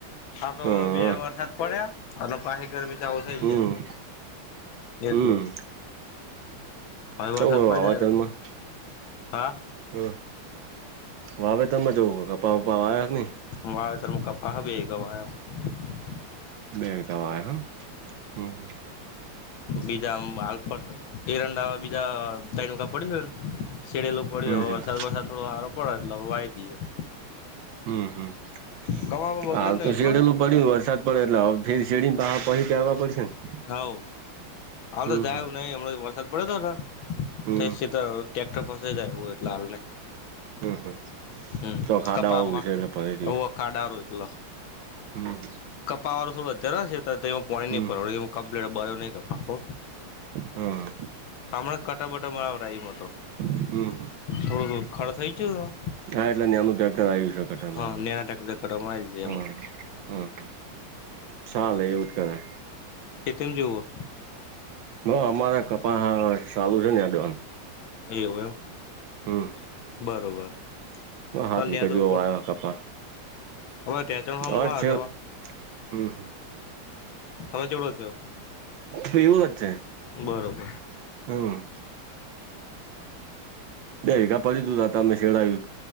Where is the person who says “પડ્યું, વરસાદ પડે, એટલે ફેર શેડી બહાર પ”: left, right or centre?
Right